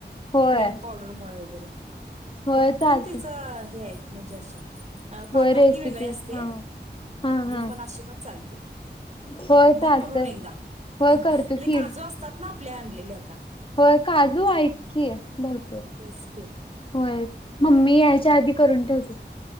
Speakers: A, on the left; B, on the right.
A: होय
B: मिल्क पावडरमुळे वगैरे.
A: होय
B: भरपूर
A: चालते
B: त्याच हे आहेत म्हणजे अशे. अ पाकातली
A: होय रेसिपी
B: वेगळे असते
A: हा हा
B: ही
A: हा
B: पण अशी पण चालते.
A: होय
B: बघ
A: चालतय
B: करून एकदा
A: होय
B: म्हणजे
A: करतो की
B: काजू असतात ना आपल्या आणलेले आता.
A: होय काजू आहेत की भरपूर.
B: तेसकि.
A: होय मम्मी याच्या आधी करून ठेवतो.